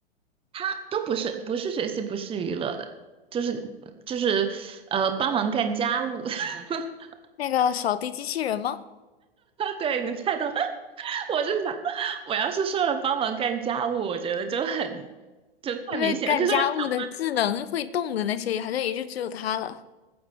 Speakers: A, on the right (about 15°); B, on the left (about 75°).
A: 他都不是不是学习，不是娱乐的，就是就是呃帮忙干家务。<laughs>
B: 那个扫地机器人吗？
A: 对你猜到，<laughs> 我就想，我要是说了帮忙干家务，我觉得就很就太明显了。
B: 因为干家务的智能会动的那些，
A: 可是我想问，
B: 好像也就只有它了，